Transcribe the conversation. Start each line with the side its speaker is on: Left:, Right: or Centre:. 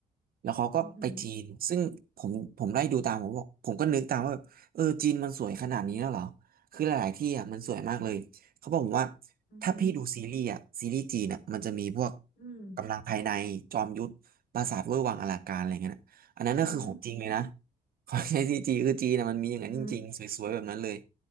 Right: แล้วเขาก็ไปจีนซึ่งผมผมไล่ดูตามผมบอกผมก็นึกตามว่าแบบเออจีนมันสวยขนาดนี้แล้วเหรอคือหลายๆที่อะมันสวยมากเลยเขาบอกผมว่า
Left: ห อือหือ
Right: ถ้าพี่ดูซีรีส์อะซีรีส์จีนอะมันจะมีพวก
Left: อืม
Right: กำลังภายในจอมยุทธปราสาทเว่ยหวังอลังการอะไรเงี้ยนะอันนั้นก็คือของจริงเลยนะ
Left: อือหือ
Right: <laughs> ขอใช้ซีจีคือจีนอะมันมีอย่างนั้นจริงๆสวยๆแบบนั้นเลย
Left: อือหือ